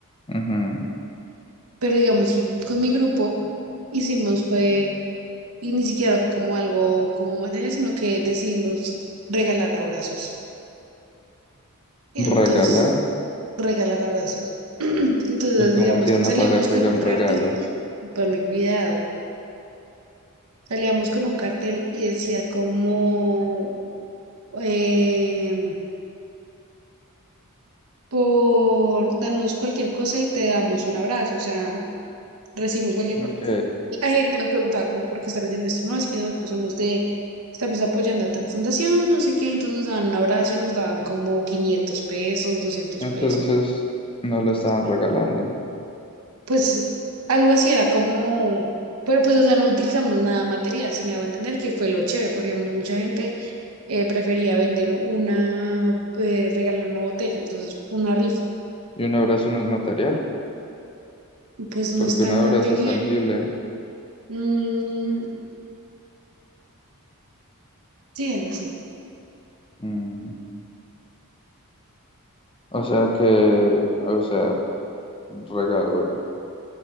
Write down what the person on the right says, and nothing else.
Pero digamos que con mi grupo hicimos fue Y ni siquiera fue como algo como material sino que decidimos regalar abrazos. Entonces,
regalar abrazos. <clears throat> Entonces,
digamos
que salíamos
con
un
cartel,
ponme cuidado, salíamos con un cartel y decía como, eh, por darnos cualquier cosa y te damos un abrazo, o sea, recibimos cualquier
cosa. La gente nos preguntaba como, ¿por qué están haciendo esto? No, es que nosotros somos de, estamos apoyando a tal fundación, no sé qué, entonces nos daban un abrazo y nos daban como quinientos pesos, 200
pesos.
Entonces,
pues pues, algo así era como, pero pues, o sea, no utilizamos nada material, si me hago entender, que fue lo chévere, porque digamos, mucha gente eh, prefería vender una, eh, regalar una botella, entonces una rifa,
y pues no
es tan
material.
Mm, sí, algo así,